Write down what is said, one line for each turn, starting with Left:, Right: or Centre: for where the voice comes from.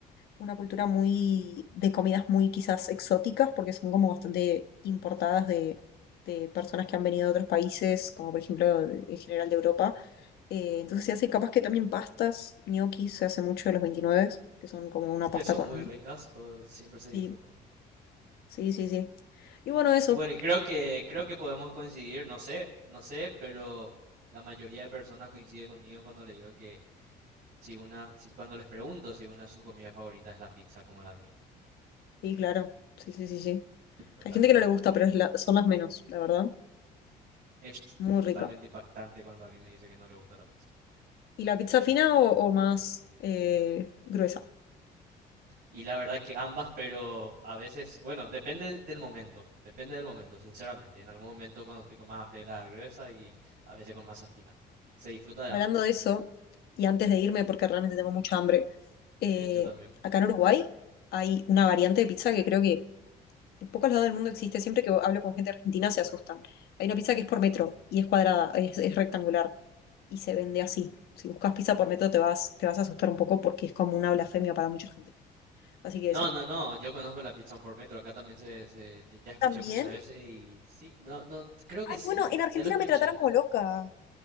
Left: una cultura muy de comidas muy quizás exóticas, porque son como bastante importadas de, de personas que han venido de otros países, como por ejemplo de- en general de Europa. Eh, entonces se hace capaz que también pastas, gnocchi se hace mucho de los 29, que son como una
Right: que
Left: pasta
Right: son
Left: con...
Right: muy ricas, todo- siempre se disfrutan.
Left: Sí, sí, sí, sí. Y bueno, eso,
Right: Y bueno, y creo que creo que podemos coincidir, no sé, no sé, pero la mayoría de personas coincide conmigo cuando le digo que si una, si, cuando les pregunto si una de sus comidas favoritas es la pizza como la mía,
Left: sí, claro, sí, sí, sí, sí.
Right: totalmente.
Left: Hay gente que no le gusta, pero es la- son las menos, la verdad.
Right: Es
Left: Muy
Right: totalmente
Left: rica.
Right: impactante cuando alguien me dice que no le gusta la pizza.
Left: ¿Y la pizza fina o, o más eh, gruesa?
Right: Y la verdad que ambas, pero a veces, bueno, depende del momento, depende del momento, sinceramente. En algún momento cuando estoy con más hambre la gruesa y a veces con masa fina. Se disfruta de
Left: Hablando
Right: ambas.
Left: de eso, y antes de irme, porque realmente tengo mucha hambre, eh,
Right: <laughs> Yo también.
Left: acá en Uruguay hay una variante de pizza que creo que en pocos lados del mundo existe. Siempre que hablo con gente argentina se asustan. Hay una pizza que es por metro y es cuadrada, es, es rectangular y se vende así. Si buscas pizza por metro te vas, te vas a asustar un poco porque es como una blasfemia para mucha gente. Así que
Right: No,
Left: eso.
Right: no, no, yo conozco la pizza por metro, acá también se, se- ya ya escuché
Left: También,
Right: muchas veces y sí, no, no, creo
Left: ay,
Right: que sí,
Left: bueno, en Argentina
Right: ya lo escuché.
Left: me trataron como loca.